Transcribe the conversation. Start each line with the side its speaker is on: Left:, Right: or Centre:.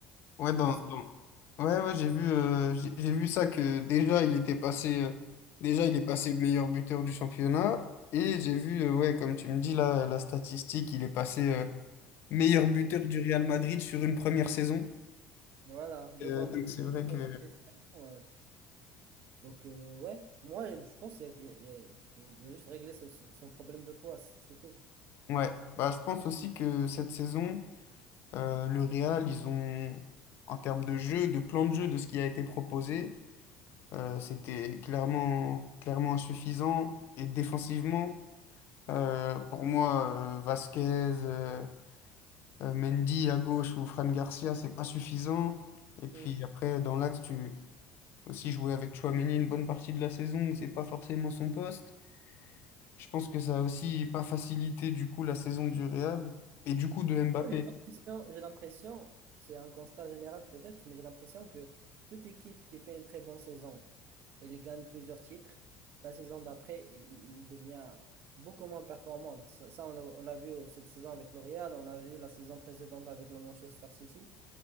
Left: Ouais,
Right: Je
Left: dans,
Right: pense que-
Left: dans- Ouais, ouais, j'ai vu, euh, j'ai j'ai vu ça que déjà il était passé, euh, déjà il est passé meilleur buteur du championnat et j'ai vu, euh, ouais, comme tu me dis là, la statistique, il est passé euh, meilleur buteur du Real Madrid sur une première saison.
Right: voilà, devant
Left: Euh,
Right: Messi,
Left: donc c'est vrai
Right: devant
Left: que,
Right: Cristiano, euh. Donc, euh, ouais, moi, je pense qu'il il- il doit juste régler ce- ce- son problème de poids, c'est tout.
Left: ouais, bah je pense aussi que cette saison, euh, le Real, ils ont, en termes de jeu, de plan de jeu, de ce qui a été proposé, euh, c'était clairement, clairement insuffisant et défensivement. Euh, pour moi, euh, Vasquez, euh, Euh, Mendy à gauche ou Fran Garcia, c'est pas suffisant. Et puis
Right: Mm.
Left: après, dans l'axe, tu aussi jouer avec Chouameni une bonne partie de la saison où c'est pas forcément son poste. Je pense que ça a aussi pas facilité du coup la saison du Real et du coup de Mbappé.
Right: J'ai l'impression, j'ai l'impression, c'est un constat général peut-être, mais j'ai l'impression que toute équipe qui fait une très bonne saison, il gagne plusieurs titres. La saison d'après, il, il devient beaucoup moins performant. Ça, ça, on l'a on l'a vu cette saison avec L'Oréal, on l'a vu la saison précédente avec le Manchester City.